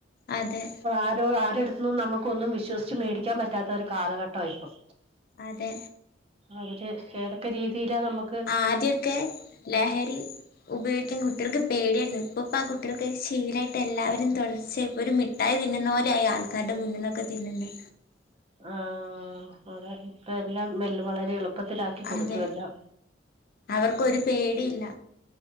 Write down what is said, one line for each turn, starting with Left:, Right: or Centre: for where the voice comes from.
Left: അതെ
Right: ആരോ ആരെട്ത്ത് നിന്നും നമുക്കൊന്നും വിശ്വസ്ച്ച് മേടിക്കാൻ പറ്റാത്തൊരു കാലഘട്ടായിപ്പം.
Left: അതെ
Right: അവര് ഏതൊക്കെ രീതിയിലാ നമക്ക്-
Left: ആദ്യക്കെ ലഹരി. ഉപയ്ഗിക്കാൻ കുട്ടികൾക്ക് പേടിയായ്ര്ന്ന് ഇപ്പ പ്പാ കുട്ടിൾക്ക് ശീലായിട്ട് എല്ലാവരും തുടർച്ചയ് ഒരു മി- ട്ടായി തിന്നുന്ന പോലെയാ ആൾക്കാര്ടെ മുന്നിന്നൊക്കെ തിന്നുന്നേ.
Right: ആഹ് അതേ ഇപ്പ എല്ലാം മെൽ വളരെ എളു- പ്പത്തിലാക്കി കൊടുത്തു
Left: അതെ
Right: എല്ലാം.
Left: അവർക്കൊരു പേടിയില്ല